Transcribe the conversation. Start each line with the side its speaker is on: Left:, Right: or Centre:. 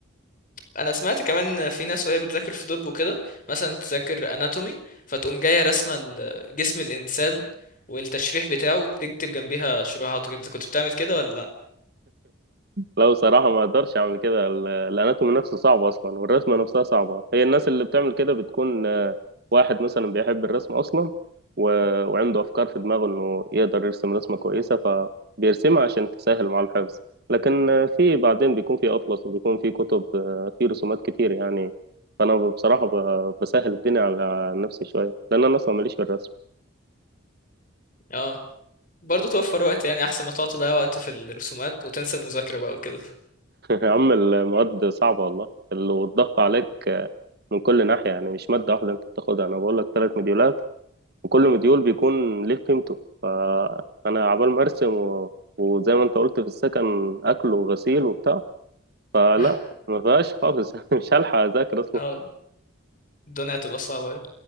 Left: انا سمعت كمان في ناس وهي بتذاكر في طب وكده مثلا تذاكر اناتومي فتقوم جاية رسمة ال- جسم الانسان والتشريح بتاعه وتكتب جنبيها شروحات وكده كنت بتعمل كده ولا لا؟
Right: لا بصراحة ما اقدرش اعمل كده ال- الاناتومي نفسه صعب اصلا والرسمة نفسها صعبة هي الناس اللي بتعمل كده بتكون آه، واحد مثلا بيحب الرسم اصلا و... وعنده افكار في دماغه انه يقدر يرسم رسمة كويسة فبيرسمها عشان تسهل مع الحفظ لكن آه، في بعدين بيكون في اطلس وبيكون في كتب آه، في رسومات كتير يعني فانا بصراحة ب... بسهل الدنيا على نفسي شوية لان انا اصلا ماليش في الرسم
Left: اه برضه توفر وقت يعني احسن ما تقعد تضيع وقت في الرسومات وتنسى المذاكرة بقى وكده
Right: يا عم المواد صعبة والله ال- والضغط عليك من كل ناحية يعني مش مادة واحدة أنت بتاخدها أنا بقول لك ثلاث مديولات وكل مديول بيكون ليه قيمته فأنا عبال ما أرسم و... وزي ما أنت قلت في السكن أكل وغسيل وبتاع فلا
Left: <laughs>
Right: ما فيهاش خالص <laughs> مش هلحق أذاكر أصلا
Left: اه الدنيا هتبقى صعبة أوي.